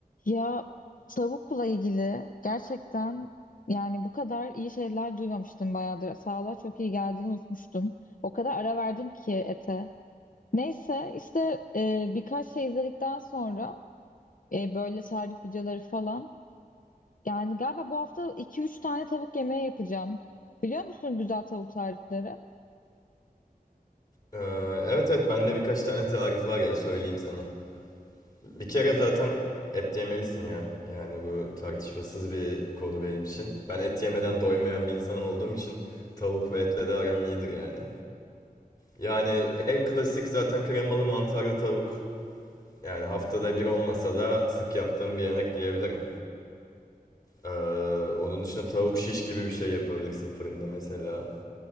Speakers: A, on the left (about 60°); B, on the left (about 25°).
A: Ya tavukla ilgili gerçekten yani bu kadar iyi şeyler duymamıştım bayağıdır. Sağlığa çok iyi geldiğini unutmuştum. O kadar ara verdim ki ete. Neyse işte e, birkaç şey izledikten sonra e, böyle tarif videoları falan. Yani galiba bu hafta iki üç tane tavuk yemeği yapacağım. Biliyor musun güzel tavuk tarifleri?
B: Ee, evet evet bende birkaç tane tarif var ya söyleyeyim sana. Bir kere zaten et yemelisin ya. Yani bu tartışmasız bir konu benim için. Ben et yemeden doymayan bir insan olduğum için tavuk ve etle de aram iyidir yani. Yani en klasik zaten kremalı mantarlı tavuk. Yani haftada bir olmasa da sık yaptığım bir yemek diyebilirim. Ee, onun dışında tavuk şiş gibi bir şey yapabilirsin fırında mesela.